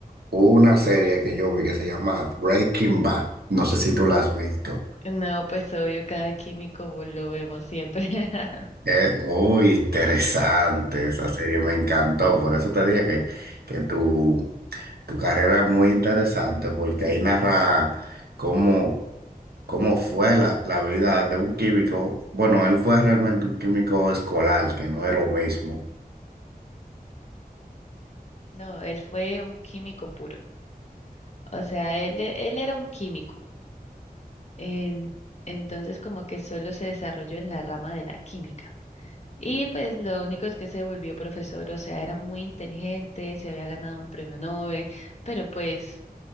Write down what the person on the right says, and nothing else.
hubo una serie que yo vi que se llama Breaking Bad. No sé si tú la has visto.
Es muy interesante esa serie, me encantó. Por eso te dije que, que tu, tu carrera es muy interesante, porque ahí narra cómo. cómo fue la, la vida de un químico. Bueno, él fue realmente un químico escolar, que no es lo mismo.